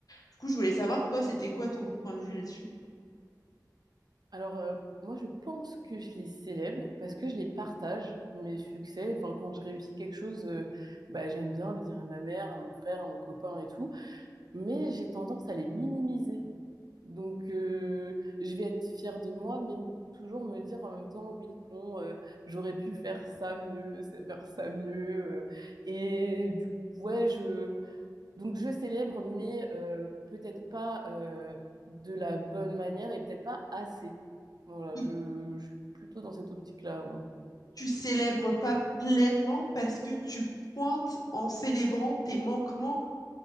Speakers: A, on the left; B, on the right.
A: Du coup, je voulais savoir, toi, c'était quoi ton point de vue là-dessus?
B: Alors, euh, moi, je pense que je les célèbre parce que je les partage, mes succès. Enfin, quand je réussis quelque chose, euh, bah, j'aime bien le dire à ma mère, à mon frère, à mon copain et tout. Mais j'ai tendance à les minimiser. Donc, euh, je vais être fière de moi, mais toujours me dire en même temps, oui, bon, euh, j'aurais pu faire ça mieux, faire ça mieux. euh. et du coup, ouais, je Donc je célèbre, mais euh, peut-être pas euh, de la bonne manière et peut-être pas assez. Voilà,
A: Donc,
B: je, je suis plutôt dans cette optique-là. moi.
A: tu célèbres pas pleinement parce que tu pointes en célébrant tes manquements